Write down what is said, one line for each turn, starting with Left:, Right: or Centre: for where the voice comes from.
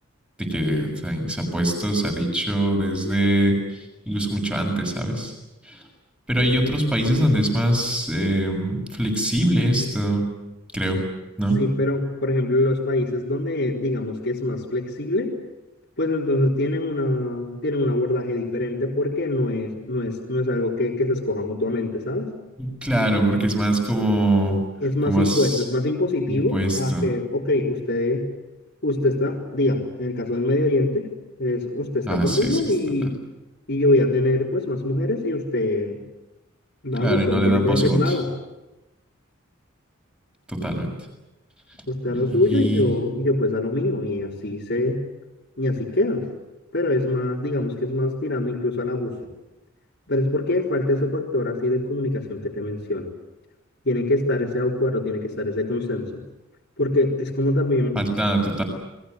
Centre: de que se, se ha puesto, se ha dicho desde incluso mucho antes, ¿sabes? Pero hay otros países donde es más eh, flexible esto, creo, ¿no?
Left: Sí, pero por ejemplo, los países donde digamos que es más flexible, pues entonces tienen una, tienen un abordaje diferente porque no es, no es, no es algo que, que se escoja mutuamente, ¿sabes?
Centre: Claro, porque es más como,
Left: es más
Centre: como
Left: impuesto,
Centre: más
Left: es más impositivo
Centre: impuesto.
Left: a que, ok, usted, usted está, digamos, en el caso del Medio Oriente, es usted está
Centre: Ah,
Left: conmigo
Centre: sí, sí,
Left: y,
Centre: total.
Left: y yo voy a tener pues más mujeres y usted, nada,
Centre: Claro,
Left: usted
Centre: y no
Left: no
Centre: le
Left: tiene
Centre: dan
Left: que
Centre: voz
Left: decir
Centre: y voto,
Left: nada,
Centre: totalmente.
Left: usted a
Centre: y
Left: lo suyo y yo, y yo pues a lo mío y así se, y así quedan. Pero es más, digamos que es más tirando incluso al abuso. Pero es porque falta ese factor así de comunicación que te menciono. Tiene que estar ese acuerdo, tiene que estar ese consenso. Porque es como también
Centre: falta total,